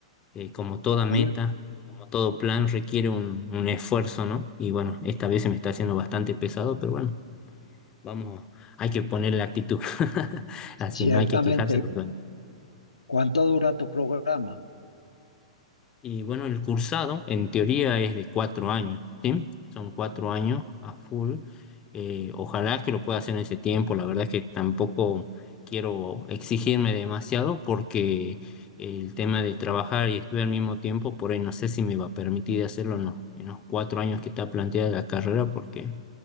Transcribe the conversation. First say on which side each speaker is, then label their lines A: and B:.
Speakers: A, on the left; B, on the left.
A: eh, como toda
B: Muy
A: meta, como todo plan requiere un, un esfuerzo, ¿no? Y bueno, esta vez se me está haciendo bastante pesado, pero bueno, vamos, hay que poner la actitud. <laughs> Así
B: ciertamente,
A: que no hay que quejarse porque bueno,
B: ¿cuánto dura tu programa?
A: Y bueno, el cursado en teoría es de cuatro años, ¿sí? Son cuatro años a full. Eh, ojalá que lo pueda hacer en ese tiempo. La verdad es que tampoco quiero exigirme demasiado porque el tema de trabajar y estudiar al mismo tiempo, por ahí no sé si me va a permitir hacerlo en los, en los cuatro años que está planteada la carrera porque